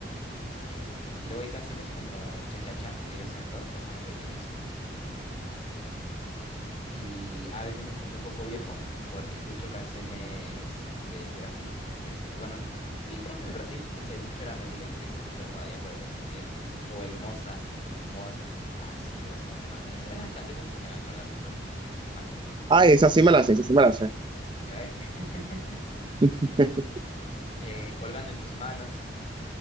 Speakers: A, on the left (about 35°); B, on the right (about 25°).
A: Eh, luego hay canciones como Cha Cha Cha de Joseon Locke, esa no sé qué es. Y a veces me siento un poco viejo porque escucho canciones de Brasil. Este, bueno, n- sí, creo que es de Brasil, que es el chora meliga que se puso de moda ya por el 2010. O el Moza, Moza, así o se me mata. Esas esas canciones me hacen acordar mucho mi, mi infancia.
B: Ah, esa sí me la sé, esa sí me la sé.
A: ¿Ya ve? <laughs>
B: <laughs>
A: Eh, colgando en tus manos,